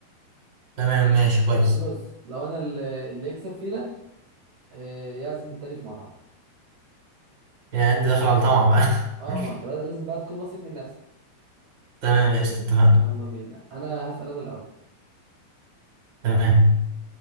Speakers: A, on the right; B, on the right.
A: تمام ماشي كويس
B: بس بص لو انا اللي اللي يكسب فينا آه، يعزم التاني في مطعم
A: يعني انت داخل على طمع بقى
B: اه
A: <laughs>
B: ما هو انت بقى لازم بقى تكون واثق من نفسك
A: تمام قشطه اتفقنا
B: يلا بينا انا هسأل انا الاول
A: تمام